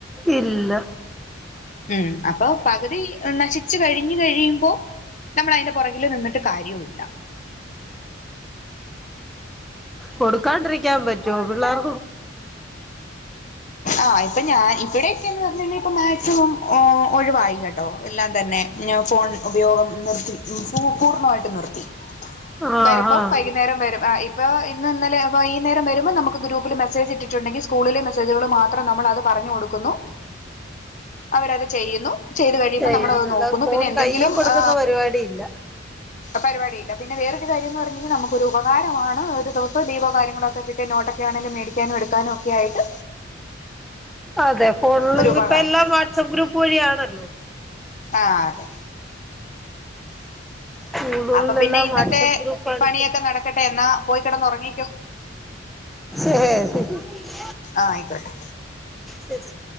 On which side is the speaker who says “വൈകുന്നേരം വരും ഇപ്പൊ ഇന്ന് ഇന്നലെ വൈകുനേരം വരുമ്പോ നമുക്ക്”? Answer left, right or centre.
Left